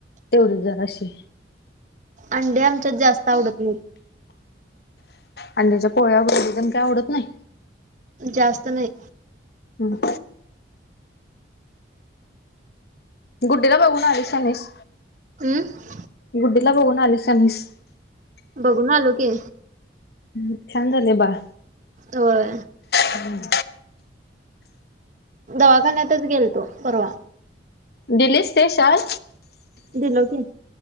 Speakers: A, on the left (about 55°); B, on the right (about 40°).
A: तेवढीच जराशी
B: अंडे आमच्यात जास्त आवडत नाहीत.
A: अंड्याच्या पोळ्या, भुर्जी तेन काय आवडत नाही?
B: जास्त नाही
A: हम्. गुड्डीला बघून आलीस काय नाईस?
B: हम्म
A: गुड्डीला बघून आलीस काय नाईस?
B: बगून आलो की.
A: हम. छान झालंय बाळ.
B: व्हय.
A: हम
B: दावाखन्यातच गेलंतो परवा.
A: दिलीस ते शाल?
B: दिलो की